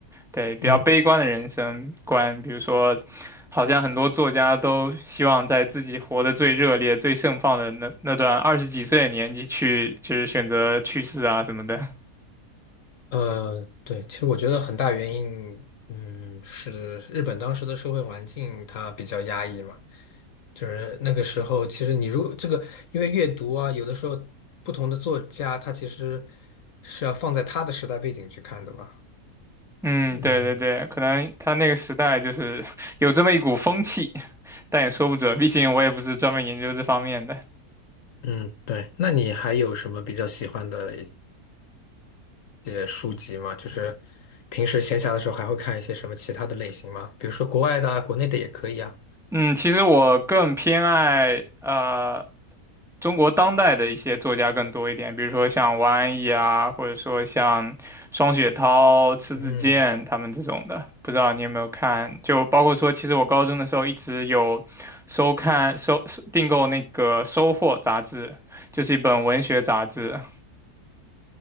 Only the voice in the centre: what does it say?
对，比较悲观的人生观，
比如说，好像很多作家都希望在自己活得最热烈、最盛放的那那段二十几岁的年纪去，就是选择去世啊什么的。<laughs>
嗯，
对对对，可能他那个时代就是 <laughs> 有这么一股风气，<laughs> 但也说不准，毕竟我也不是专门研究这方面的。
嗯，其实我更偏爱呃中国当代的一些作家更多一点，比如说像王安忆啊，或者说像双雪涛、迟子建他们这种的。
不知道你有没有看？就包括说，其实我高中的时候一直有收看、收收订购那个《收获》杂志，就是一本文学杂志。